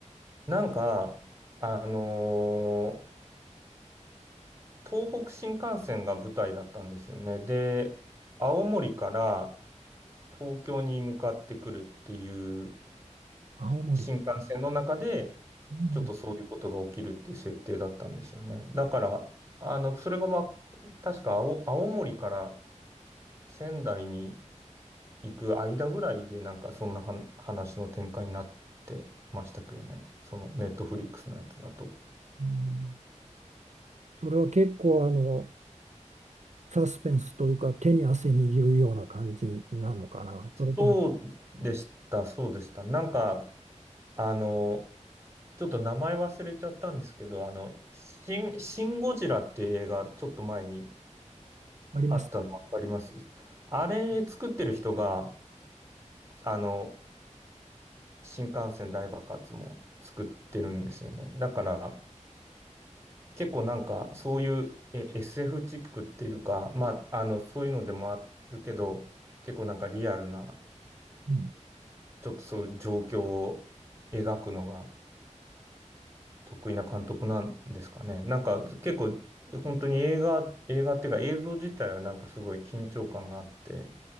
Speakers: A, on the right (about 20°); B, on the right (about 65°).
A: なんか、あのー東北新幹線が舞台だったんですよね。で、青森から東京に向かってくるっていう
B: 青森、
A: 新幹線の中で、
B: うん
A: ちょっとそういうことが起きるっていう設定だったんですよね。だから、あの、それが、まあ、確か青、青森から仙台に行く間ぐらいで、なんかそんなはん話の展開になってましたけどね。そのネットフリックスのやつだと。
B: うんそれは結構あのサスペンスというか、手に汗握るような感じなのかな。それとも、
A: そうでした、そうでした。なんか、あの、ちょっと名前忘れちゃったんですけど、あの、シン、シン・ゴジラっていう映画、ちょっと前に
B: あります。
A: あったの分かりますあれ作ってる人が、あの、新幹線大爆発も作ってるんですよね。だから、結構なんか、そういう、え、SF チックっていうか、まあ、あの、そういうのでもあるけど、結構なんかリアルな、
B: うん。
A: ちょっとそういう状況を描くのが、得意な監督なんですかね。なんか結構、本当に映画、映画っていうか映像自体はなんかすごい緊張感があって、